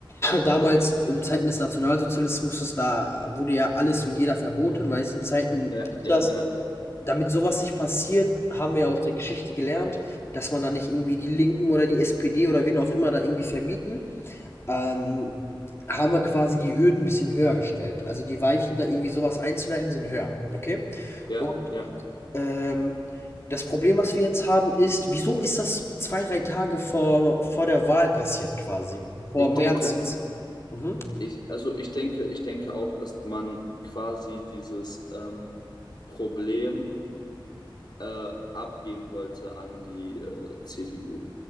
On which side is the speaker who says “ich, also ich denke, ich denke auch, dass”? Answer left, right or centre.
Left